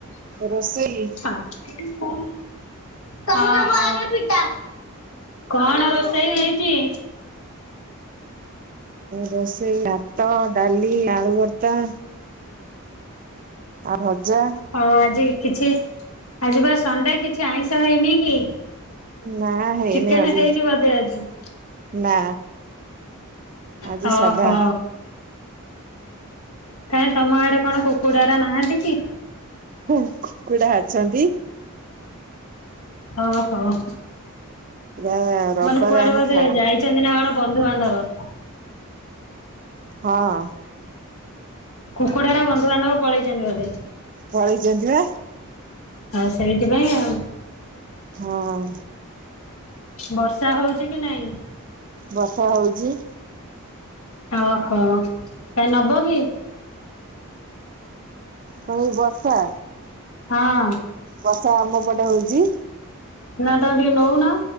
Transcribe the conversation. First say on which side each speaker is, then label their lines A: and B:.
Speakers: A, on the right; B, on the left.
A: ରୋଷେଇ।
B: <unintelligible> ହ ହ। କଣ ରୋଷେଇ ହେଇଚି?
A: ରୋଷେଇ ଭାତ ଡାଲି ଆଳୁ ଭର୍ତା ଆଉ ଭଜା।
B: ହଁ ଆଜି କିଛି ଆଜି ବା ସଣ୍ଡେ କିଛି ଆଇଁଷ ହେଇନି କି?
A: ନା ହେଇନି
B: ଚିକେନ୍
A: ଆଜି
B: ହେଇନି ବୋଧେ ଆଜି?
A: ନା। ଆଜି
B: ହ
A: ସାଧା
B: ହ। କାଇଁ ତମ ଆଡେ କଣ କୁକୁଡା ଏରା ନାହାନ୍ତି କି?
A: ହୁଁ କୁକୁଡା ଅଛନ୍ତି।
B: ହଁ ହଁ।
A: <unintelligible>
B: ମାନେ କୁଆଡେ
A: ଆମେ
B: ବୋଧେ
A: ଖା
B: ଯାଇଚନ୍ତି ନା କଣ ବନ୍ଧୁବାନ୍ଧବ?
A: ହଁ।
B: କୁକୁଡ଼ାର ବନ୍ଧୁବାନ୍ଧବ ପଳେଇଚନ୍ତି ବଧେ?
A: ପଳେଇ ଚନ୍ତି ବା।
B: ହଁ ସେଇଥିପାଇଁ ଆଉ।
A: ହଁ
B: ବର୍ଷା ହଉଚି କି ନାଇଁ?
A: ବର୍ଷା ହଉଚି।
B: ଓହୋ କାଇଁ ନବ କି?
A: କୋଉ ବର୍ଷା?
B: ହଁ।
A: ବର୍ଷା ଆମ ପଟେ ହଉଚି।
B: ନା ତମେ ଟିକେ ନଉନ